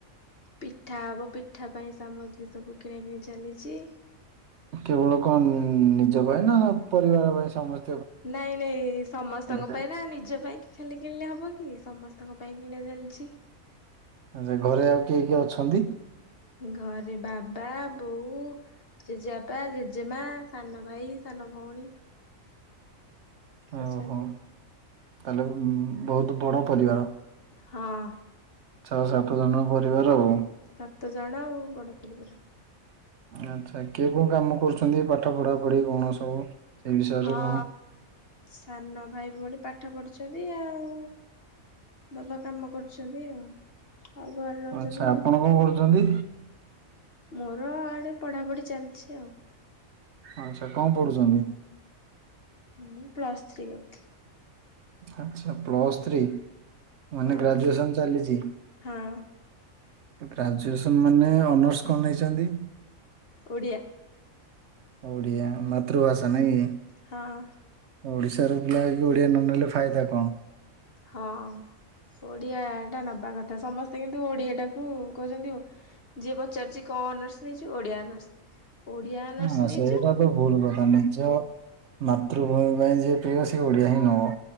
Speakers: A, on the left (about 50°); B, on the right (about 65°).
A: ପିଠା ହବ ପିଠା ପାଇଁ ସାମଗ୍ରୀ ସବୁ କିଣା କିିଣି ଚାଲିଚି।
B: କେବଳ କଣ ନିଜ ପାଇଁ ନା ପରିବାର ପାଇଁ ସମ
A: ନାଇଁ ନାଇଁ ସମସ୍ତଙ୍କ
B: ଚାଲିଛି।
A: ପାଇଁ ନା ନିଜ ପାଇଁ ଖାଲି କିଣିଲେ ହେବ କି ସମସ୍ତଙ୍କ ପାଇଁ କିଣା ଚାଲିଚି।
B: ଆ ଯେ ଘରେ ଆଉ କିଏ କିଏ ଅଛନ୍ତି।
A: ଘରେ ବାବା, ବୋଉ ଜେଜେବାପା, ଜେଜେମା, ସାନ ଭାଇ, ସାନ ଭଉଣୀ। ଅଛନ୍ତି
B: ଆହୋ, ତାହଲେ ଉମ ବହୁତ ବଡ ପରିବାର।
A: ହଁ।
B: ଛଅ ସାତ ଜଣଙ୍କ ପରିବାର ଆଉ।
A: ସାତ ଜଣ ଆଉ ବଡ଼ ପରିବାର।
B: ଆଚ୍ଛା, କିଏ କୋଉ କାମ କରୁଛନ୍ତି ପାଠ ପଢା ପଢି କଣ ସବୁ? ସେ ବିଷୟରେ
A: ହଁ
B: କଣ
A: ସାନ ଭାଇ, ଭଉଣୀ ପାଠ ପଢୁଛନ୍ତି ଆଉ। ବାବା କାମ କରୁଚନ୍ତି ଆଉ। ଆଉ ଘରେ ରହୁଛନ୍ତି
B: ଆଚ୍ଛା ଆପଣ
A: ଜେଜ
B: କଣ କରୁଛନ୍ତି?
A: ମୋର ଆଡେ ପଢ଼ାପଢି ଚାଲିଛି ଆଉ।
B: ଆଚ୍ଛା କଣ ପଢୁଛନ୍ତି?
A: ମୁ ପ୍ଲସ୍ ଥ୍ରୀ କରୁଥିଲି।
B: ଆଚ୍ଛା ପ୍ଲସ୍ ଥ୍ରୀ ମାନେ
A: ହଁ
B: ଗ୍ରାଜୁଏସନ ଚାଲିଚି।
A: ହଁ
B: ଗ୍ରାଜୁଏସନ ମାନେ ଅନର୍ସ କଣ ନେଇଛନ୍ତି?
A: ଓଡ଼ିଆ।
B: ଓଡ଼ିଆ ମାାତୃଭାଷା ନାଇ।
A: ହଁ।
B: ଓଡିଶାର ପିଲା ହେଇକି ଓଡିଆ ନ ନେଲେ ଫାଇଦା କଣ।
A: ହଁ। ଓଡ଼ିଆଟା ନେବା କଥା ସମସ୍ତେ କିନ୍ତୁ ଓଡ଼ିଆଟାକୁ କହୁଛନ୍ତି ଯିଏ ପଚାରୁଚି କଣ ଅନର୍ସ ନେଇଚୁ? ଓଡିଆ ଅନର୍ସ। ଓଡିଆ ଅନର୍ସ
B: ହଁ
A: ନେଇଛୁ
B: ସେଇଟା ବଡ ଭୁଲ କଥା ନିଜ ମାତୃଭୂମି ପାଇଁ ଯିଏ ପ୍ରିୟ ସିଏ ଓଡ଼ିଆ ହିଁ ନବ।